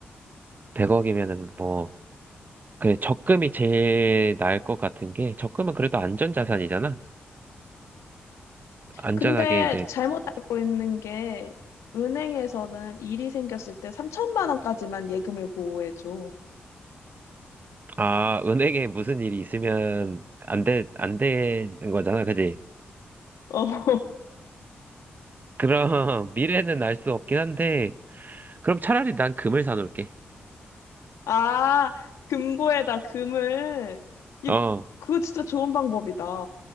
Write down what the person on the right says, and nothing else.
100억이면은 뭐 그 적금이 제일 나을 것 같은 게 적금은 그래도 안전 자산이잖아. 안전하게
이제
아, 은행에 무슨 일이 있으면 안 돼, 안 되는 거잖아, 그지?
그럼 <laughs> 미래는 알 수 없긴 한데, 그럼 차라리 난 금을 사놓을게.
어,